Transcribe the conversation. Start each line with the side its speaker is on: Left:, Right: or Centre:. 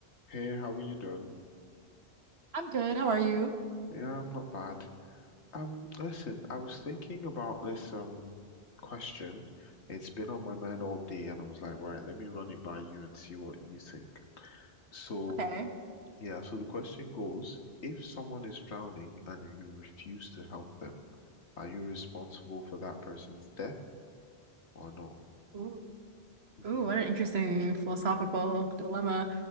Left: Hey, how are you doing?
Right: I'm good. How are you?
Left: Yeah, I'm not bad. Um, listen, I was thinking about this um question. It's been on my mind all day, and I was like, right, let me run it by you and see what you think. So,
Right: Okay.
Left: yeah, so the question goes, if someone is drowning and you refuse to help them, are you responsible for that person's death or not?
Right: Ooh.
Left: <laughs>
Right: Ooh,
Left: hmm
Right: what an interesting philosophical dilemma.